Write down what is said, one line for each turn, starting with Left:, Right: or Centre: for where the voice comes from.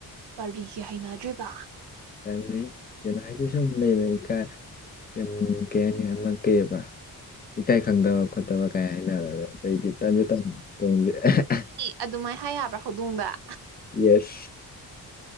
Right: ꯀꯔꯤꯒꯤ ꯍꯩꯅꯗ꯭ꯔꯤꯕ
Left: ꯇꯜꯂꯤ ꯀꯩꯅꯣ ꯍꯥꯏꯗꯤ ꯁꯨꯝ ꯂꯩꯗꯅ ꯢꯀꯥꯢ ꯀꯩꯝ ꯀꯩ ꯍꯥꯏꯅꯤ ꯑꯃ ꯀꯩꯑꯕ ꯏꯀꯥꯏ ꯈꯪꯗꯕ ꯈꯣꯠꯇꯕ ꯀꯥꯏ ꯍꯥꯏꯅꯔ ꯑꯩꯗꯤ <unintelligible>
Right: ꯑꯗꯨꯃꯥꯏ ꯍꯥꯏ ꯌꯥꯕ꯭ꯔꯥ ꯍꯧꯗꯣꯡꯗ
Left: ꯌꯦꯁ